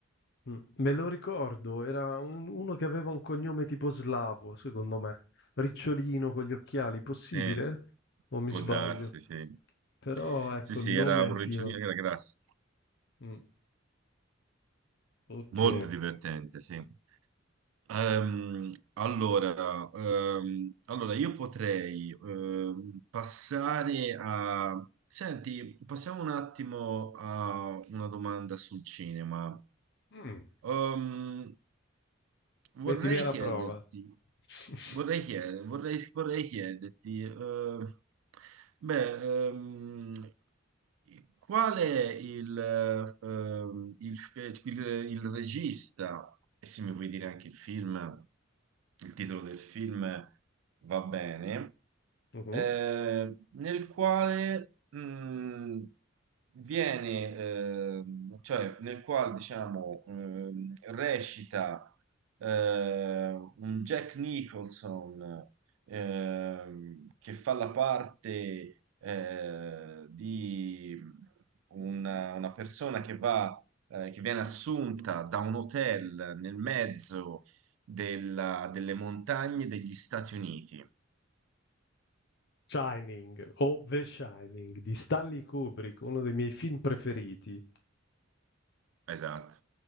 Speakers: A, on the left (about 60°); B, on the right (about 85°).
A: Mm. me lo ricordo, era un- uno che aveva un cognome tipo slavo, secondo me. Ricciolino con gli occhiali, possibile?
B: Eh,
A: O mi
B: può
A: sbaglio?
B: darsi, sì.
A: Però ecco,
B: Sì, sì,
A: il nome
B: era un
A: anch'io.
B: ricciolino che era grasso.
A: Mm, Ok.
B: Molto divertente, sì. Ehm, allora, ehm, allora, io potrei ehm, passare a... Senti, passiamo un attimo a una domanda sul cinema.
A: Mm,
B: Ehm, Vorrei
A: Mettimi alla
B: chiederti,
A: prova. <laughs>
B: vorrei chiedere, vorrei, vorrei chiederti, eh, beh, ehm, qual è il, ehm, il, il- il regista, e se mi puoi dire anche il film, il titolo del film va bene,
A: Mh-mh.
B: eh, nel quale mh, viene, ehm, cioè nel quale diciamo ehm, recita eh, un Jack Nicholson ehm, che fa la parte eh, di una, una persona che va, eh, che viene assunta da un hotel nel mezzo della- delle montagne degli Stati Uniti.
A: Shining o The Shining di Stanley Kubrick, uno dei miei film preferiti,
B: Esatto.